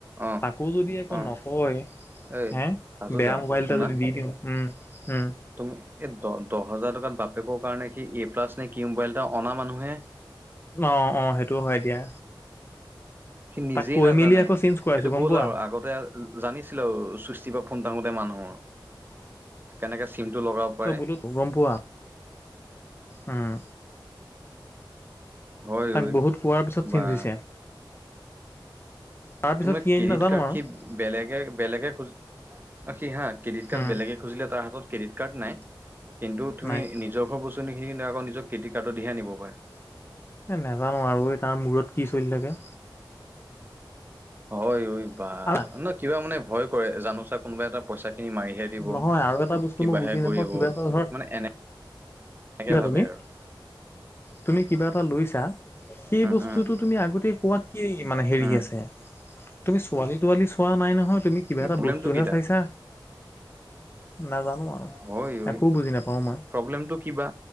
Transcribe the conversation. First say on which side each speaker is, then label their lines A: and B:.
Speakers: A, on the right; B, on the left.
A: অ অ
B: তাকো যদি একো
A: অ
B: নকয়
A: এই
B: হে
A: হাজোদা
B: বেয়া মোবাইল
A: শুনা
B: এটা যদি দি দিও, উম-উম
A: তুমি এই দ দহ হেজাৰ টকাত বাপেকৰ কাৰণে সি এ প্লাছ নে কি মোবাইল এটা অনা মানুহে।
B: অৱ অৱ সেইটো হয় দিয়া।
A: সি নিজেই
B: তাক কৈ
A: নাজানে
B: মেলি আকৌ চেঞ্জ কৰাইছো
A: সেইটো
B: গম
A: গ'ল
B: পোৱা
A: আৰু আগতে জানিছিলো চুষ্টিৰ পৰা ফোন থঙোতে মানুহৰ। কেনেকে চিম টো লগাব পাৰে
B: অ বোলো তো গম পোৱা? উম
A: হয়
B: তাক
A: ঐ
B: বহুত কোৱাৰ পিছত
A: বা
B: চেঞ্জ হৈছে। তাৰপিছত
A: তুমি
B: কি
A: ক্ৰেডিট
B: আহিল নাজানো
A: কাৰ্ড
B: আৰু
A: সি বেলেগে-বেলেগে খুজি অ সি হা ক্ৰেডিট কাৰ্ড
B: উম
A: বেলেগে খুজিলে তাৰ হাতত ক্ৰেডিট কাৰ্ড নাই কিন্তু তুমি
B: নাই
A: নিজৰ ঘৰৰ বস্তু বস্তখিনি কি আকৌ নিজৰ ক্ৰেডিট কাৰ্ডৰ দি হে আনিব পাৰে।
B: এই নাজানো আৰু এই তাৰ মূৰত কি চলি থাকে?
A: হয় ঐ বা
B: আৰা
A: নহয় কিবা মানে ভয় কৰে জানোচা কোনোবাই তাৰ পইচা খিনি মাৰিহে দিব
B: নহয় আৰু এটা বস্তু
A: কিবাহে
B: মই বুজি নাপাওঁ
A: কৰিব
B: কিবা এটা ধৰ
A: মানে এনে, এনেকে
B: কিবা
A: ভাবে
B: তুমি
A: আৰু
B: তুমি কিবা এটা লৈছা সেই
A: উম
B: বস্তুটোত
A: উম
B: তুমি আগতে কোৱাত কি মানে হেৰি
A: উম
B: আছে তুমি ছোৱালী তোৱালি চোৱা নাই নহয় তুমি কিবা
A: কি
B: এটা
A: প্ৰব্লেমটো
B: বস্তুহে
A: কি তাত
B: চাইছা। নাজানো আও,
A: হয় ঐ
B: একো বুজি নাপাওঁ মই।
A: প্ৰব্লেমটো কিবা